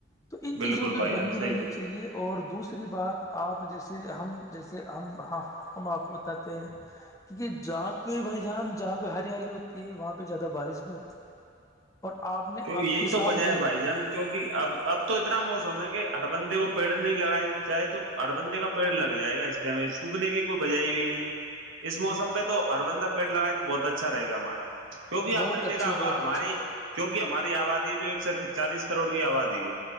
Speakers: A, on the left (about 15°); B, on the right (about 85°).
A: تو ان
B: بالکل
A: چیزوں پہ
B: بھائی
A: بنی
B: جان صحیح
A: رہنے چ کہ یہ اور دوسری بات آپ جیسے ہم جیسے ہم ہاں ہم آپ کو بتاتے ہیں کیونکہ جہاں پہ بھائی جان جہاں پہ ہریالی ہوتی ہے وہاں پہ زیادہ بارش بھی ہوتی ہے اور آپ نے
B: تو یہی
A: اب کی
B: تو
A: سال
B: وجہ
A: دیکھ
B: ہے بھائی جان کیوںکہ اب اب تو اتنا موسم ہے کہ ہر بندے کو پیڑ نہیں لگاائے جائے تو ہر بندے کا پیڑ لگ جائے گا اس سوکھنے کی کوئی بجائے بھی نہیں ہے اس موسم پ تو ہربندا پیٹ لگائے تو بہت اچھا رہے گا ہمارا کیکہ
A: بہت
B: آپ نے
A: اچھی
B: دیکھا ہوگا
A: بہت
B: ہماری
A: بچی
B: کیوںکہ ہماری آبادی جو ایک سے چالیس کروڑ کی آبادی ہے